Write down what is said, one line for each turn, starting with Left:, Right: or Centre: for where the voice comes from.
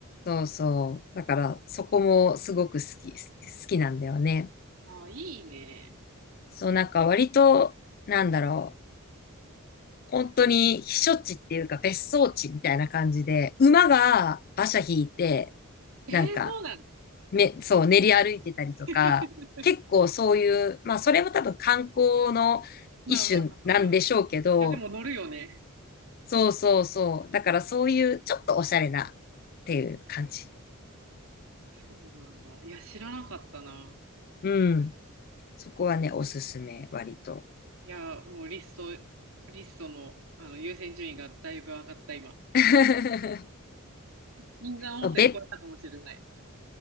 Left: う、そうそう。だから、そこもすごく好き、好きなんだよね。
Right: あ、いいね。
Left: そう、なんか割と、なんだろう。本当に避暑地っていうか別荘地みたいな感じで、馬が馬車引いて、
Right: えー、
Left: なんか、
Right: そうなの
Left: め、そう、練り歩いてたりとか、
Right: <laughs>
Left: 結構そういう、まあそれも多分観光の一種なんでしょうけど、
Right: まあまあまあまあ。いや、でも乗るよね。
Left: そうそうそう。だからそういうちょっとおしゃれなっていう感じ。
Right: そうなんだ。いや、知らなかったな。
Left: うん。そこはね、おすすめ、割と。
Right: いや、もうリスト、リストの、あの優先順位がだいぶ上がった今。
Left: <laughs>
Right: 銀山温泉超えたかもしれない。
Left: そう、別